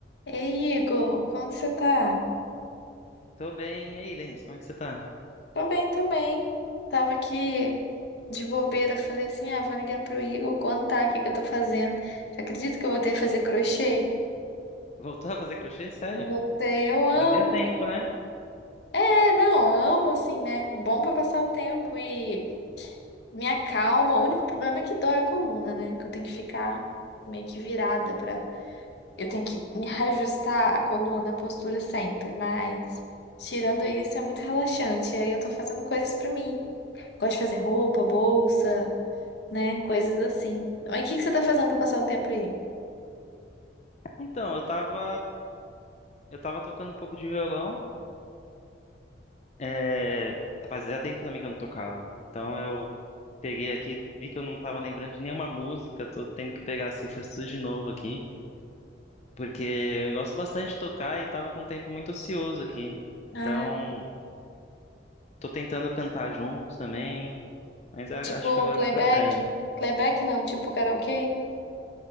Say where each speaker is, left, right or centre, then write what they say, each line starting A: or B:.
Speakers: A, on the left; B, on the left.
A: Ei, Igor, como que você tá?
B: Tô bem. E aí, Lenice, como é que você tá?
A: Tô bem também. Tava aqui de bobeira, falei assim, ah, vou ligar pro Igor contar o que que eu tô fazendo. Você acredita que eu voltei a fazer crochê?
B: Voltou a fazer crochê? Sério?
A: Voltei, eu amo.
B: Fazia tempo, né?
A: É, não, amo assim, né? Bom pra passar o tempo e me acalma. O único problema é que dói a coluna, né? Que eu tenho que ficar meio que virada pra... Eu tenho que me reajustar a coluna, a postura sempre, mas... Tirando isso, é muito relaxante. E aí eu tô fazendo coisas pra mim. Gosto de fazer roupa, bolsa, né? Coisas assim. Mas o que que você tá fazendo pra passar o tempo aí?
B: Então, eu tava. Eu tava tocando um pouco de violão. É... Fazia tempo também que eu não tocava. Então eu peguei aqui, vi que eu não tava lembrando de nenhuma música, tô tendo que pegar as cifras tudo de novo aqui. Porque eu gosto bastante de tocar e tava com um tempo muito ocioso aqui. Então,
A: Ah,
B: tô tentando cantar junto também, mas a-
A: tipo
B: acho que agora
A: playback?
B: vai pra frente.
A: Playback não, tipo karaokê?